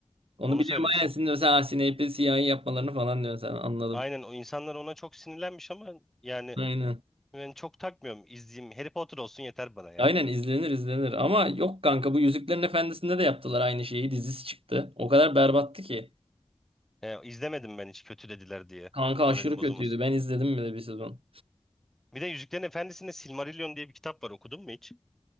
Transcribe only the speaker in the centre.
Onu
söylüyorsun.
Aynen o insanlar ona çok sinirlenmiş ama yani
ben çok takmıyorum. İzleyeyim Harry Potter olsun yeter bana ya.
He, izlemedim ben hiç kötülediler diye.
Moralim bozulmasın.
Bir de Yüzüklerin Efendisi'nde Silmarillion diye bir kitap var okudun mu hiç?